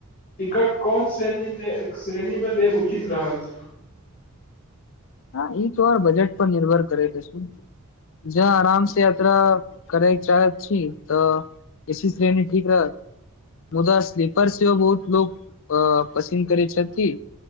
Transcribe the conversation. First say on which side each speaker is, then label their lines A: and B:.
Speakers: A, on the left; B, on the left.
A: टिकट कोन श्रेणीमे श्रेणी लेब उचित रहत।
B: ह इ तोहर बजट पर निर्भर करेत अछि। ज आराम स यात्रा करैक चाहैत छी तऽ। ए सी श्रेणी ठीक रहत। मुदा स्लीपर सेहो बहुत लोक अ पसिन करैय छथि।